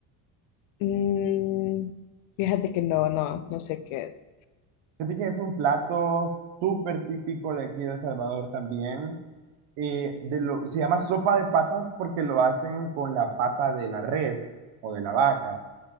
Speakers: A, on the left; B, on the right.
A: Mm, fíjate que no, no, no sé qué es.
B: Fíjate que es un plato súper típico de aquí de El Salvador también. Eh, de lo, se llama sopa de patas porque lo hacen con la pata de la res o de la vaca.